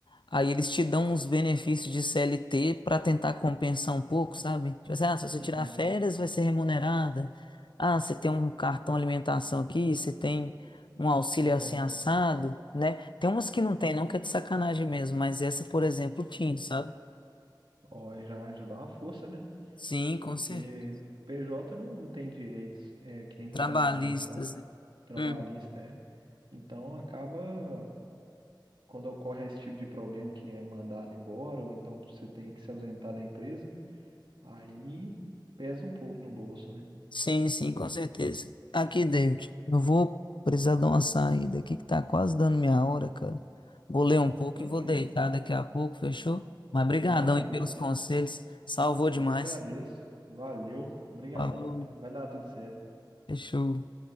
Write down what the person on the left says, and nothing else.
aí eles te dão uns benefícios de CLT para tentar compensar um pouco, sabe? Tipo assim, ah, se você
tirar férias, vai ser remunerada. Ah, você tem um cartão alimentação aqui, você tem um auxílio
assim assado, né? Tem umas que não tem, não que é de sacanagem mesmo, mas essa, por exemplo, tinha, sabe?
Sim, com
certeza.
Trabalhistas.
Hum,
Sim, sim, com certeza. Aqui, David, eu vou precisar dar uma saída aqui que tá quase dando minha hora, cara. Vou ler um pouco
e vou deitar daqui a pouco, fechou? Mas brigadão
aí pelos
conselhos, salvou
demais.
Falou,
fechou.